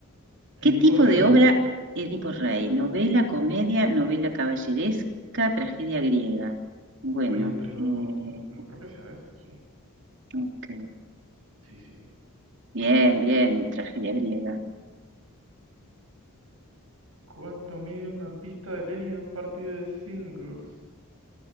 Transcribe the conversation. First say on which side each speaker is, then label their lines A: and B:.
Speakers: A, on the right; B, on the right.
A: Edipo
B: ¿Qué tipo
A: Rey,
B: de obra Edipo Rey? ¿Novela, comedia, novela caballeresca, tragedia griega? Bueno,
A: estoy entre dos,
B: eh,
A: no, no, no creo que sea eso, sí,
B: ok.
A: sí, sí.
B: Bien, bien, tragedia griega.
A: ¿Cuánto mide una pista de tenis en un partido de singles?